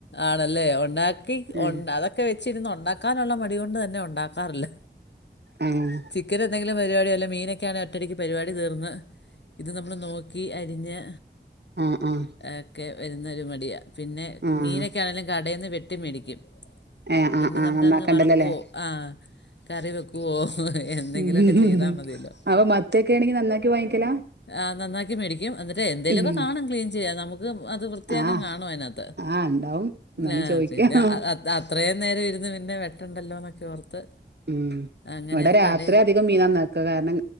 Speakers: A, on the left (about 80°); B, on the right (about 70°).
A: ആണല്ലേ ഒണ്ടാക്കി
B: ഉം
A: ഒണ്ടാ അതൊക്കെ വെച്ചിരുന്ന് ഒണ്ടാ ക്കാനൊള്ള മടികൊണ്ട് തന്നെ ഒണ്ടാക്കാറില്ല
B: ഏഹ്
A: ചിക്കന് എന്തേ ല്ലപരിപാടിയല്ലെ മീനൊക്കെയാണെ ഒറ്റടിക്ക് പരിപാടി തീർന്ന് ഇത് നമ്മള് നോക്കി അരിഞ്ഞ്
B: ഉം ഉം
A: അക്കെ വരുന്ന ഒരു മടിയാ പിന്നെ
B: ആഹ്
A: മീനൊക്കൊയാണെങ്കിലും കടേന്ന് വെട്ടി മേടിക്കും
B: ഏഹ്
A: പിന്നെ
B: ആഹ് ആഹ്
A: നമുക്ക്
B: നന്നാക്കണ്ടല്ലോല്ലേ
A: അങ്ങ് വറക്കുവോ ആഹ് കറി വെക്കുവോ എന്തെങ്കിലുവൊക്കെ
B: ഉം
A: ചെയ്താ മതിയല്ലോ
B: അപ്പൊ മത്തിയൊക്കെ ആണെങ്കി നന്നാക്കി വാങ്ങിക്കലാ
A: ആഹ് നന്നാക്കി മേടിക്കും എന്നിട്ട് എന്തേലുമൊക്കെ
B: ഉം
A: കാണും ക്ലീൻ ചെയ്യാൻ നമു ത് അത് വൃത്തിയാക്കാൻ
B: ആഹ്
A: കാണുവതിനാത്ത്
B: ആഹ് ഇണ്ടാവും എന്നാലും
A: വെ
B: ചോയിക്കാ
A: പിന്നെ അത് അത ത്രേം നേരം ഇരുന്ന് പിന്നെ വെട്ടെണ്ടല്ലോന്നോക്കെ ഓർത്ത്
B: ഉം
A: അങ്ങനെ
B: ഇവിടെ രാത്രി
A: കട
B: അധികം മീൻ നന്നാക്ക കാരണം